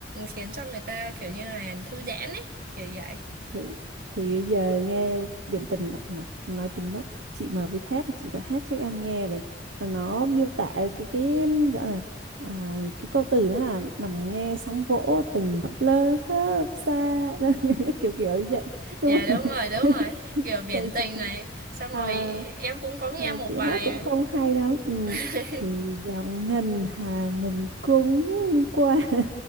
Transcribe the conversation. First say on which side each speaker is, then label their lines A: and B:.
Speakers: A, on the right (about 50°); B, on the right (about 85°).
A: khiến cho người ta kiểu như là thư giãn ấy kiểu vậy.
B: thì thì bây giờ nghe biển tình mà nói tùm á chị mà biết hát thì chị đã hát cho em nghe rồi mà nó miêu tả cái cái gọi là à, cái câu từ nó là nằm nghe sóng vỗ từng lơ hớp xa đó, <laughs> kiểu kiểu như vậy nhưng
A: Dạ
B: mà
A: đúng rồi đúng rồi
B: <laughs>
A: kiểu biển
B: tại
A: tình
B: chị chị
A: này xong
B: à,
A: rồi em cũng có nghe
B: à,
A: một
B: chị
A: bài
B: hát cũng không hay lắm ừ,
A: <laughs>
B: thì dòng ngân hà mình cũng qua <laughs>